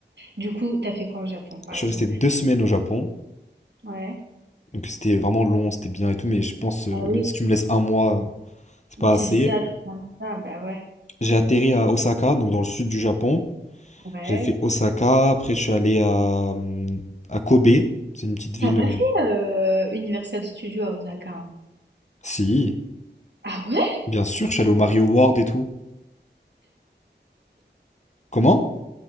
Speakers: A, on the right; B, on the left.
A: du coup, t'as fait quoi au Japon, par
B: Je
A: exemple?
B: suis resté deux semaines au Japon.
A: Ouais.
B: Donc c'était vraiment long, c'était bien et tout, mais je pense, euh,
A: Bah oui,
B: même si tu me laisses un mois, euh, c'est pas
A: c'est
B: assez.
A: ça, tu prends ça. Bah ouais,
B: J'ai atterri à Osaka, donc dans le sud du Japon.
A: mon rêve.
B: J'ai fait Osaka, après je suis allé à, euh, à Kobe, c'est une petite ville.
A: T'as pas
B: euh,
A: fait euh, Universal Studios à Osaka? hein.
B: Si,
A: Ah ouais?
B: bien sûr, je suis allé au Mario World et tout. Comment?